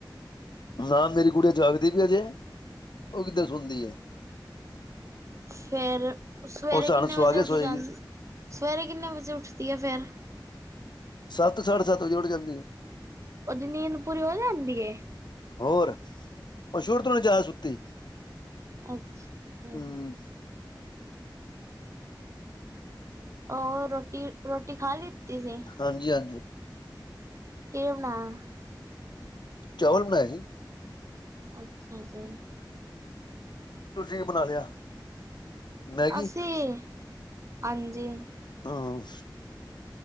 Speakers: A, on the left; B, on the right.
A: ਹਾਂ ਮੇਰੀ ਗੁੜਿਆ ਜਾਗਦੀ ਪਈ ਐ ਅਜੇ, ਉਹ ਕਿੱਥੇ ਸੌਦੀ ਏ।
B: ਫਿਰ ਸਵੇਰੇ
A: ਉਹ ਸਾਨੂੰ
B: ਕਿੰਨੇ
A: ਸੁਆ
B: ਵਜੇ
A: ਕੇ
B: ਉੱਠ
A: ਸੋਏਗੀ
B: ਜਾ ਸਵੇਰੇ ਕਿੰਨੇ ਵਜੇ ਉੱਠਦੀ ਹੈ ਫਿਰ?
A: ਸੱਤ, ਸਾਢੇ ਸੱਤ ਵਜੇ ਉਠ ਜਾਂਦੀ ਏ।
B: ਉਹਦੀ ਨੀਂਦ ਪੂਰੀ ਹੋ ਜਾਂਦੀ ਹੈ
A: ਹੋਰ, ਉਹ ਸ਼ੁਰੂ ਤੋਂ ਨੀ ਜ਼ਿਆਦਾ ਸੁੱਤੀ।
B: ਅੱਛਾ ਜੀ।
A: ਹਮ
B: ਹੋਰ ਰੋਟੀ ਰੋਟੀ ਖਾ ਲਿੱਤੀ ਸੀ।
A: ਹਾਂਜੀ ਹਾਂਜੀ।
B: ਕੀ ਬਣਾਇਆ?
A: ਚਾਵਲ ਬਣਾਏ।
B: ਅੱਛਾ ਜੀ।
A: ਤੁਸੀ ਕੀ ਬਣਾ ਲਿਆ? ਮੈਗੀ
B: ਅਸੀਂ, ਹਾਂਜੀ।
A: ਹਾਂ।